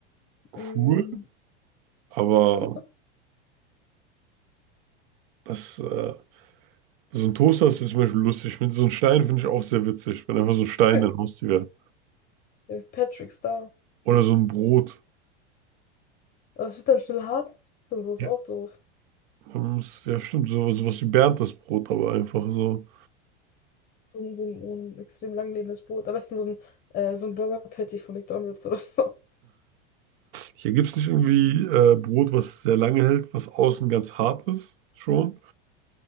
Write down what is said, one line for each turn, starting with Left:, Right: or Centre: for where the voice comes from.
Right: cool,
Left: Mhm.
Right: aber
Left: Schuhe.
Right: das, äh, so ein Toaster ist zum Beispiel lustig. Ich find- So ein Stein finde ich auch sehr witzig, wenn einfach so ein Stein
Left: <laughs>
Right: dein Haustier wäre.
Left: Der Patrick Star.
Right: Oder so ein Brot.
Left: Aber es wird dann schnell hart und so, ist
Right: Ja,
Left: auch doof.
Right: ähm, s- ja stimmt, so, sowas wie Bernd Brot, aber einfach so.
Left: So ein, so ein, so ein extrem langlebendes Brot. Am besten so ein, äh, so ein Burger Patty von McDonald's oder so. <laughs>
Right: Hier gibt es nicht irgendwie äh, Brot, was sehr lange hält, was außen ganz hart ist, schon.